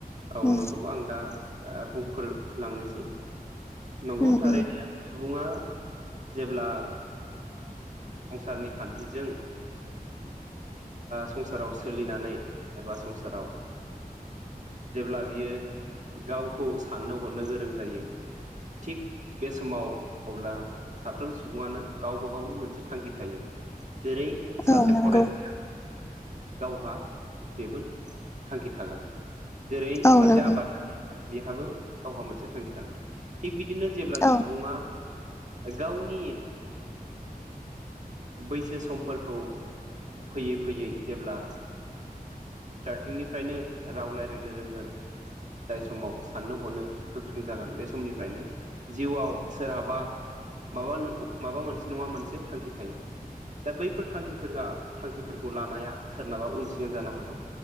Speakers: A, on the right; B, on the left.
A: औ
B: उम
A: नंगौ आं दा बुंफोर लांनोसै नंगौ
B: उम
A: थारैनो
B: उम
A: सुबुङा जेब्ला
B: <inaudible>
A: संसारनि खान्थिजों संसाराव सोलिनानै एबा संसाराव जेब्ला बियो गावखौ साननो हरनो गोरों जायो थिग बे समाव अब्ला साफ्रोम सुबुङानो गावबा गावनि मोनसे थांखि थायो जेरै सासे
B: औ नंगौ
A: फरायसाया गावहा बेबो थांखि थागोन जेरै
B: औ
A: सासे
B: नंगौ
A: आबादारि बिहाबो गावहा मोनसे थांखि थागोन थिग बिदिनो जेब्ला
B: औ
A: सुबुङा गावनि बैसो समफोरखौ फैयै फैयै जेब्ला स्टार्टिंनिफ्रायनो राव राय्लायनो रोंगोन जाय समाव साननो हरनो गोख्रों जागोन बे समनिफ्रायनो जिउआव सोरहाबा माबा माबा मोनसे नङा मोनसे थांखि थायो दा बैफोर थांखि थांखिफोरखौ लानाया सोरनाबा उनसिगां जानो हागौ